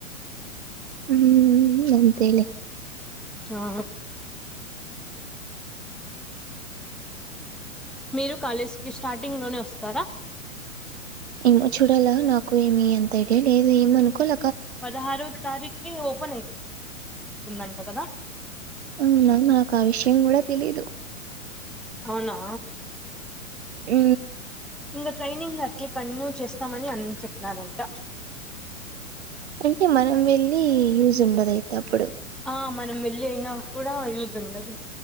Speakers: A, on the right (about 50°); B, in the centre.
A: ఉ అంతేలే
B: ఆ మీరు కాలేజీకి స్టార్టింగ్ లోనే వస్తారా
A: ఏమో చూడాలా నాకు ఏమి అంత ఐడియా లేదు ఏమనుకోల
B: పదహారో తారిక్కి ఓపెన్ అయితుందంట కదా
A: అవునా నాకు ఆ విషయం కూడా తెలీదు
B: అవునా
A: ఉ
B: ఇంగ ట్రైనింగ్ అట్లే కంటిన్యూ చేస్తామని అని చెప్పినారంట
A: అయితే మనం వెళ్ళి యూజ్ ఉండదయితే అప్పుడు
B: ఆ మనం వెళ్ళినా కూడా యూజ్ ఉండదు